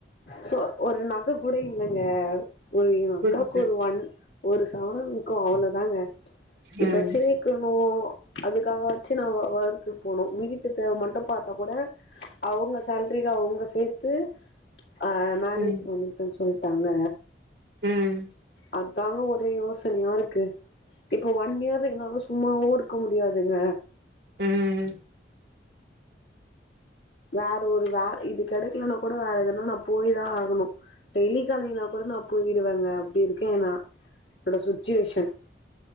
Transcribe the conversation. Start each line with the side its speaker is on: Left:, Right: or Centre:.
Left: சோ ஒரு நகை கூட இல்லங்க ஒரு எங்க
Right: புரியுது
Left: அக்காக்கு ஒரு ஒண் ஒரு சவரன் இருக்கு அவ்வளோதாங்க இப்ப
Right: ம்
Left: சேத் இப்போ அதுக்காகவாச்சு நா வொ வொர்க்கு போனோ வீட்டு தேவ மட்டு பார்த்தா கூட அவங்க சேல்ரில அவங்க சேர்த்து அ மேரேஜ்
Right: ம்
Left: பண்ணிப்பேன்னு சொல்ட்டாங்க
Right: ம்
Left: அதாங்க ஒரே யோசனையா இருக்கு இப்ப ஒன் இயர் இர்ந்தாலு சும்மாவு இருக் இருக்க முடியாதுங்க
Right: ம்
Left: வேர் ஒரு வேற இது கிடைக்கலன்னா கூட வேற எதனா நா போயி தா ஆகணு டெய்லி காலைனா கூட நா போயிடுவங்க அப்டி இருக்கங்க நா என்னோட சுச்சுவேஷன்